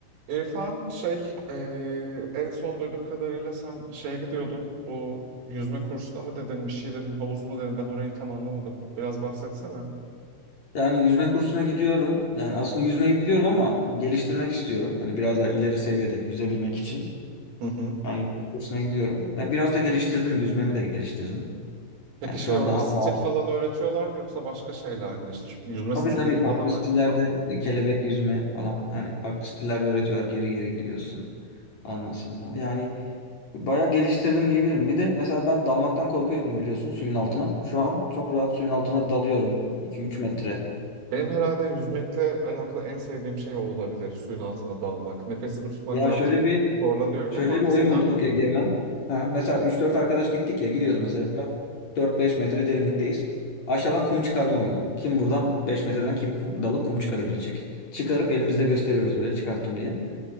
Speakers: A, on the right; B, on the left.
A: İrfan şey eee, en son duyduğum kadarıyla sen şeye gidiyordun bu yüzme kursuna mı dedin bir şey dedin havuz mu dedin ben orayı tam anlamadım biraz bahsetsene.
B: Yani yüzme kursuna gidiyorum. Yani aslında yüzmeyi biliyorum ama geliştirmek istiyorum. Hani biraz daha ileri seviyede yüzebilmek için.
A: Hı hı.
B: Yani yüzme kursuna gidiyorum. Ve biraz da geliştirdim. Yüzmemi de geliştirdim.
A: Peki
B: Yani
A: şey
B: şu an
A: orada
B: daha
A: stil
B: rahat.
A: falan öğretiyorlar mı yoksa başka şeyler mi İşte şu yüzme
B: Tabii
A: stilleri
B: tabii farklı
A: falan mı
B: stillerde
A: öğreniyorsunuz?
B: e, kelebek yüzme falan. Yani farklı stillerde öğretiyorlar. Geri geri gidiyorsun. Ondan sonra. Yani bayağı geliştirdim diyebilirim. Bir de mesela ben dalmaktan korkuyordum biliyorsun suyun altına. Şu an çok rahat suyun altına dalıyorum. iki üç metre.
A: Benim herhalde yüzmekle alakalı en sevdiğim şey o olabilir suyun altına dalmak nefesimi tutmakta
B: Ya
A: artık
B: şöyle bir
A: zorlanıyorum
B: Şöyle
A: ama
B: bir oyun
A: eskiden
B: bulduk Egemen. Aha, mesela üç dört arkadaş gittik ya gidiyoruz mesela. dört beş metre derinlikteyiz. Aşağıdan kum çıkarma oyunu. Kim buradan 5 metreden kim kum, dalıp kum çıkarabilecek. Çıkarıp elimizde gösteriyoruz böyle çıkarttım diye.